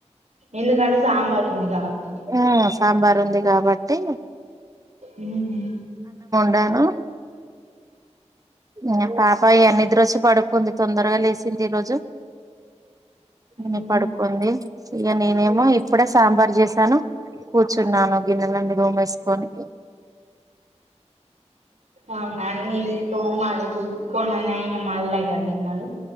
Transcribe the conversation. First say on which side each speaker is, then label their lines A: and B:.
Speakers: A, on the right; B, on the right.
A: ఎందుకని సాంబార్ ఉంది కాబట్టి
B: ఆ సాంబార్ ఉంది కాబట్టి
A: ఉహు
B: ధను ఇగ పాప ఈగ నిద్రొచ్చి పడుకుంది తొందరగా లేసింది ఈ రోజు నేని
A: ఉమ్.
B: పడుకుంది ఇక నేనేమో ఇప్పుడే సాంబార్ చేసాను కూర్చున్నాను గిన్నెలన్నీ తోమేసుకొని
A: అవు నేను తోమాల ఇప్పుడు కొన్ననాయిని మల్లా ఇగ గిన్నెలు